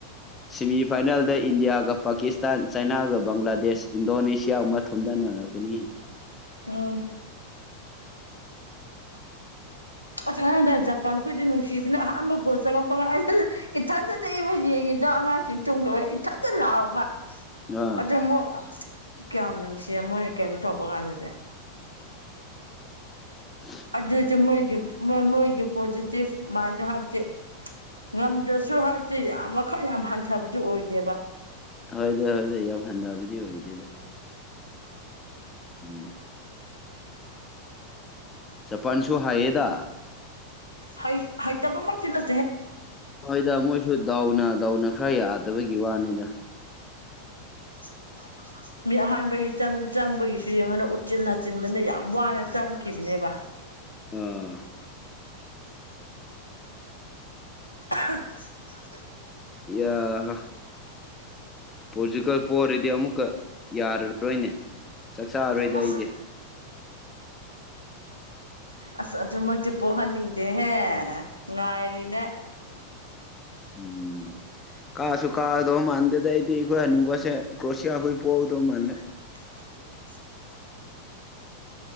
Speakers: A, on the left; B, on the left.
A: ꯁꯦꯃꯤꯐꯥꯏꯅꯦꯜꯗ ꯏꯟꯗꯤꯌꯥꯒ ꯄꯥꯀꯤꯁꯇꯥꯟ ꯆꯅꯥꯒ ꯕꯪꯒ꯭ꯂꯥꯗꯦꯁ ꯏꯟꯗꯣꯅꯦꯁꯤꯌꯥ ꯑꯃꯊꯨꯝꯗꯅꯔ ꯀꯅꯤ
B: ꯎꯝ ꯑꯁꯗ ꯖꯄꯥꯟꯈꯣꯏꯗꯤ ꯅꯨꯡꯁꯤꯕꯅ ꯑꯍꯥꯟꯕ ꯒꯣꯜ ꯆꯪꯉꯄ ꯏꯊꯟꯇꯗꯤ ꯑꯃ ꯌꯦꯡꯉꯤꯗ ꯑ ꯑꯉꯥꯡꯁꯤꯡ ꯇꯣꯡꯈꯕ ꯏꯊꯟꯗ ꯂꯥꯎꯕ
A: ꯑꯥ
B: ꯑꯗꯨ ꯃꯣꯏ ꯀꯌꯥꯝ ꯅꯨꯡꯁꯤꯌꯦ ꯃꯣꯏꯅ ꯀꯩꯅꯣ ꯇꯧꯕ ꯀꯥꯟꯗꯗꯤ
A: ꯎ
B: ꯑꯗꯨꯏꯗꯤ ꯃꯣꯏꯒꯤ ꯃꯣꯏꯒꯤ ꯄꯣꯖꯤꯇꯤꯚ ꯃꯥꯏꯟꯗꯣ ꯍꯥꯏꯕꯗꯤ ꯉꯝꯗ꯭ꯔꯁꯨ ꯍꯥꯏꯕꯗꯤ ꯌꯥꯝ ꯃꯈꯜ ꯌꯥꯝ ꯍꯟꯊꯕꯗꯨ ꯑꯣꯏꯗꯦꯕ‌
A: ꯍꯣꯏꯗꯣꯏ ꯍꯣꯏꯗꯣꯏ ꯌꯥꯝ ꯍꯟꯊꯕꯗꯤ ꯑꯣꯏꯗꯦꯗ ꯎꯝ ꯆꯄꯥꯟꯁꯨꯨ ꯍꯥꯏꯌꯦꯗꯥ
B: ꯍ ꯍꯣꯏ ꯇꯕ ꯃ ꯇꯂꯦ
A: ꯍꯣꯏꯗ ꯃꯣꯏꯁꯨ ꯗꯥꯎꯅ ꯗꯥꯎꯅ ꯈꯔ ꯌꯥꯗꯕꯒꯤ ꯋꯥꯅꯤꯗ
B: <inaudible> ꯃꯤ ꯑꯍꯥꯟꯕꯒꯤ ꯆꯪꯕꯒꯤꯁꯨ ꯌꯦꯡꯉꯅ ꯎꯆꯤꯟ ꯅꯥꯆꯤꯟꯗꯅ ꯌꯥꯝ ꯋꯥꯅ ꯆꯪꯈꯤꯕꯅꯦꯕ
A: ꯑꯥ
B: <inaudible>
A: ꯌꯥ ꯍ ꯄꯣꯖꯤꯀꯦꯜ ꯄꯣꯔꯗꯤ ꯑꯃꯨꯛꯀ ꯌꯥꯔꯔꯣꯏꯅꯦ ꯆꯥꯛ ꯆꯥꯔꯔꯣꯏꯗ
B: ꯑꯁ
A: ꯑꯩꯗꯤ
B: ꯑꯁ ꯑꯗꯨꯃꯛꯇꯤ ꯄꯣꯛꯍꯟꯅꯤꯡꯗꯦꯍꯦ ꯉꯥꯏꯔꯤꯅꯦ
A: ꯎꯝ ꯀꯥ ꯁꯨ ꯀꯥ ꯊꯧ ꯃꯥꯅꯗ ꯇꯥꯏ ꯇꯈꯣꯏꯅ ꯄꯁꯦ ꯀ꯭ꯔꯣꯁꯤꯌꯥꯈꯣꯏ ꯄꯣꯎ ꯇ ꯃꯥꯅꯤꯂ
B: <inaudible>